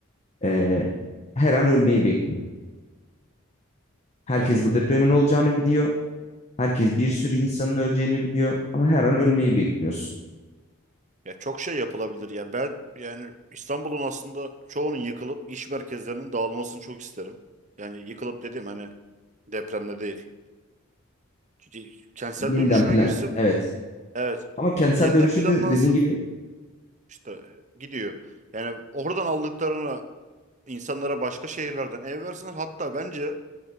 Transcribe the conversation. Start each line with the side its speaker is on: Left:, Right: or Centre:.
Left: Ee, her an ölmeyi bekliyor. Herkes
Right: Yani
Left: bu depremin olacağını biliyor. Herkes bir sürü insanın öleceğini biliyor. Ama her an ölmeyi bekliyorsun.
Right: ya çok şey yapılabilir. Ya ben yani İstanbul'un aslında çoğunun yıkılıp iş merkezlerinin dağılmasını çok isterim. Yani yıkılıp dediğim hani depremde değil. C- Kentsel
Left: Yeniden
Right: dönüşüme
Left: plan.
Right: girsin.
Left: Evet.
Right: Evet.
Left: Ama kentsel
Right: Yeniden
Left: dönüşümde
Right: planlansın.
Left: dediğin gibi
Right: İşte e, gidiyor. Yani oradan aldıklarını insanlara başka şehirlerden ev versinler. Hatta bence